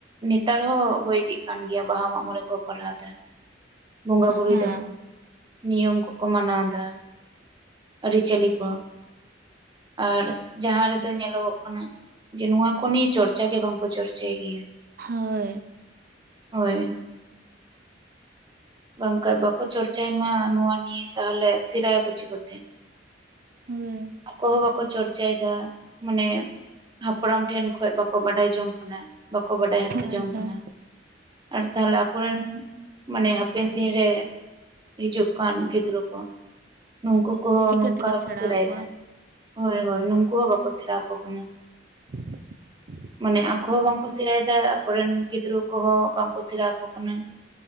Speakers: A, on the right (about 25°); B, on the right (about 50°).
A: ᱱᱮᱛᱟᱨ ᱦᱚᱸ ᱦᱳᱭ ᱤᱫᱤᱜ ᱠᱟᱱ ᱜᱮᱭᱟ ᱵᱟᱦᱟ ᱢᱟᱜ ᱢᱚᱬᱮ ᱠᱚ ᱠᱚᱨᱟᱣ ᱮᱫᱟ᱾ ᱵᱚᱸᱜᱟ ᱵᱨᱩᱭ
B: ᱦᱮᱸ
A: ᱫᱟᱠᱚ ᱱᱤᱭᱚᱢ ᱠᱚᱠᱚ ᱢᱟᱱᱟᱣ ᱮᱫᱟ ᱟᱹᱨᱤᱪᱟᱹᱞᱤ ᱠᱚ᱾ ᱟᱨ ᱡᱟᱦᱟᱸ ᱨᱮᱫᱚ ᱧᱮᱞᱚᱜᱚᱜ ᱠᱟᱱᱟ ᱡᱮ ᱱᱚᱣᱟ ᱠᱚ ᱱᱤᱭᱮ ᱪᱚᱨᱪᱟ ᱜᱮ ᱵᱟᱝᱠᱚ ᱪᱚᱨᱪᱟᱭ ᱜᱮᱭᱟ᱾
B: ᱦᱳᱭ
A: ᱦᱳᱭ ᱵᱟᱝᱠᱷᱟᱱ ᱵᱟᱠᱚ ᱪᱚᱨᱪᱟᱭ ᱢᱟ ᱱᱚᱣᱟ ᱱᱤᱭᱮ ᱛᱟᱦᱚᱞᱮ ᱥᱮᱲᱟᱭᱟ ᱠᱚ ᱪᱤᱠᱟᱹᱛᱮ
B: ᱦᱳᱭ
A: ᱟᱠᱚ ᱵᱟᱠᱚ ᱪᱚᱨᱪᱟᱭᱮᱫᱟ ᱢᱟᱱᱮ ᱦᱟᱯᱲᱟᱢ ᱴᱷᱮᱱ ᱠᱷᱚᱱ ᱵᱟᱠᱚ ᱵᱟᱰᱟᱭ ᱡᱚᱝ ᱠᱟᱱᱟ᱾ ᱵᱟᱠᱚ ᱵᱟᱰᱟᱭ ᱦᱟᱛᱚ
B: ᱦᱳᱭ
A: ᱡᱚᱝ
B: ᱦᱳᱭ
A: ᱠᱟᱱᱟ ᱟᱨ ᱛᱟᱦᱚᱞᱮ ᱟᱠᱚᱨᱮᱱ ᱢᱟᱱᱮ ᱦᱟᱯᱮᱱ ᱫᱤᱱ ᱨᱮ ᱦᱤᱡᱩᱜ ᱠᱟᱱ ᱜᱤᱫᱽᱨᱟᱹ ᱠᱚ ᱱᱩᱝᱠᱩ ᱠᱚᱦᱚᱸ
B: ᱪᱤᱠᱟᱹ
A: ᱱᱚᱝᱠᱟ
B: ᱛᱮᱠᱚ
A: ᱦᱚᱸᱠᱚ
B: ᱥᱮᱬᱟ
A: ᱥᱮᱨᱟᱭᱮᱫᱟ
B: ᱟᱠᱚᱣᱟ
A: ᱦᱳᱭ ᱦᱳᱭ ᱱᱩᱝᱠᱩ ᱦᱚᱸ ᱵᱟᱠᱚ ᱥᱮᱬᱟ ᱟᱠᱚ ᱠᱟᱱᱟ᱾
B: <inaudible>
A: ᱢᱟᱱᱮ ᱟᱠᱚ ᱦᱚᱸ ᱵᱟᱝᱠᱚ ᱥᱮᱬᱟᱭᱮᱫᱟ ᱟᱠᱚᱨᱮᱱ ᱜᱤᱫᱽᱨᱟᱹ ᱠᱚᱦᱚᱸ ᱵᱟᱝᱠᱚ ᱥᱮᱬᱟ ᱟᱠᱚ ᱠᱟᱱᱟ᱾